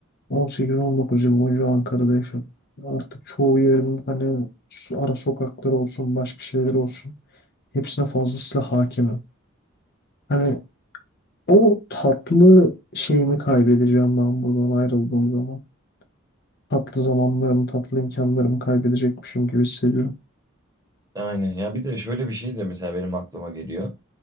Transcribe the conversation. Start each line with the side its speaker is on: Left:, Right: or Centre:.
Left: 18-19 yıl boyunca Ankara'da yaşadım. Artık çoğu yerin hani su- ara sokakları olsun, başka şeyler olsun. Hepsine fazlasıyla hakimim. Hani o tatlı şeyimi kaybedeceğim ben buradan ayrıldığım zaman. Tatlı zamanlarımı, tatlı imkanlarımı kaybedecekmişim gibi hissediyorum.
Right: Aynen ya bir de şöyle bir şey de mesela benim aklıma geliyor.